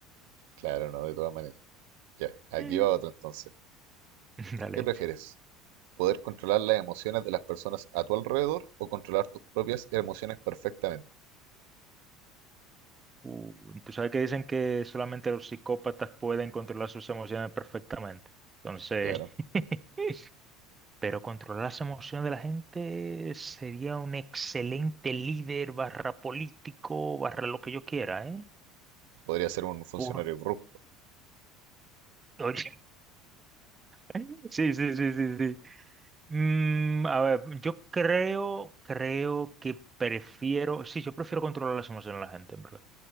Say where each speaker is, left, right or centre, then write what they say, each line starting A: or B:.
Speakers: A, on the right (about 80°); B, on the right (about 15°).
A: claro, no, de todas maneras. Ya, aquí
B: mm, mm,
A: va otro entonces.
B: <laughs> dale.
A: ¿Qué prefieres? Poder controlar las emociones de las personas a tu alrededor o controlar tus propias emociones perfectamente.
B: Uh, tú sabes que dicen que solamente los psicópatas pueden controlar sus emociones perfectamente. Entonces,
A: Claro,
B: <laughs> pero controlar las emociones de la gente sería un excelente líder barra político, barra lo que yo quiera, ¿eh?
A: podría ser un funcionario
B: Por...
A: corrupto,
B: <laughs> Oye, <laughs> sí, sí, sí, sí, sí. Mm, a ver, yo creo, creo que prefiero, sí, yo prefiero controlar las emociones de la gente, en verdad.